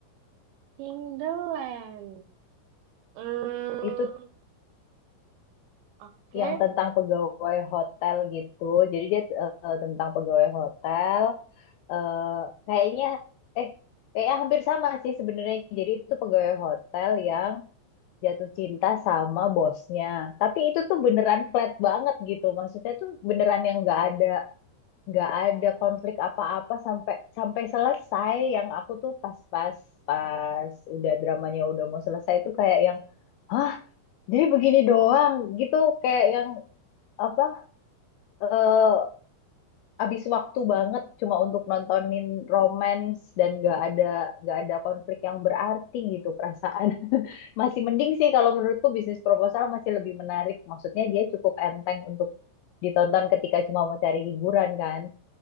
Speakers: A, on the right (about 80°); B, on the left (about 85°).
A: In the Land. Hmm,
B: Itu
A: oke.
B: yang tentang pegawai hotel gitu. Jadi dia eh, tentang pegawai hotel. eh kayaknya eh kayaknya hampir sama sih sebenarnya. Jadi itu pegawai hotel yang jatuh cinta sama bosnya. Tapi itu tuh beneran flat banget gitu. Maksudnya tuh beneran yang nggak ada nggak ada konflik apa-apa sampai sampai selesai. Yang aku tuh pas-pas pas udah dramanya udah mau selesai itu kayak yang Hah, jadi begini doang gitu kayak yang apa eh habis waktu banget cuma untuk nontonin romance dan nggak ada nggak ada konflik yang berarti gitu perasaan. <laughs> Masih mending sih kalau menurutku bisnis proposal masih lebih menarik. Maksudnya dia cukup enteng untuk ditonton ketika cuma mau cari hiburan kan.